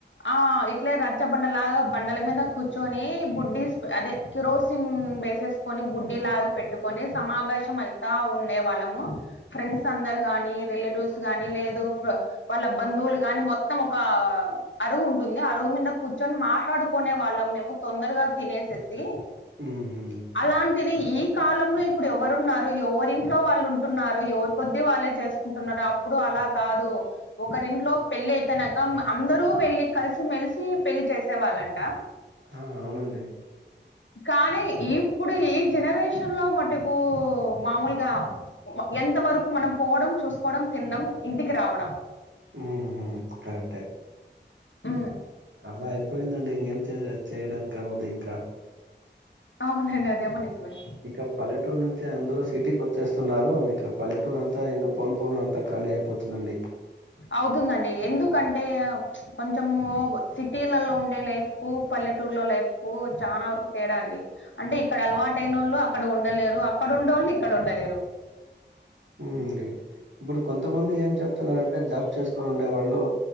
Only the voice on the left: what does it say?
ఆ ఇట్లే రచ్చబండలాగా బండల మీద కూర్చొని బుడ్డిస్ అదే కిరోసిన్ వేసేసుకొని బుడ్డి లాగా పెట్టు కొని సమావేశం అయితా ఉండేవాళ్ళము ఫ్రెండ్స్ అందరు గానీ రిలేటివ్స్ గానీ లేదు ఫా వాళ్ళ బంధువులు గాని మొత్తం ఒక అరుగు ఉంటుంది అరుగు మీద కూర్చొని మాట్లాడుకునే వాళ్ళం మేము తొందరగా తినేసేసి
అలాంటిది ఈ కాలంలో ఇప్పుడు ఎవరున్నారు ఎవరింట్లో వాళ్ళు ఉంటున్నారు ఎవరి కొద్దీ వాళ్ళే చేస్ కుంటున్నారు‌ అప్పుడు అలా కాదు‌ ఒకరింట్లో పెళ్లి అయితే నక అందరు టు వెళ్ళి కలిసి మెలిసి పెళ్లి చేసేవాళ్ళంట
కానీ ఈ ఇప్పుడు ఈ జనరేషన్ లో మటుకు మామూలుగా ఎంత వరకు మనం పోవడం, చూసుకోవడం, తిండం ఇంటికి రావడం.
ఊ
అవునండి అదేమో నిజమే
అవుతుందండి ఎందుకంటే కొంచెము సిటిల్లల్లో ఉండే లైఫ్ కు పల్లెటూర్లో లైఫ్ కు చానా వరకు తేడా అండి అంటే ఇక్కడ అలవాటయినోళ్ళు అక్కడ ఉండలేరు, అక్కడ ఉండేళ్ళు ఇక్కడ ఉండలేరు.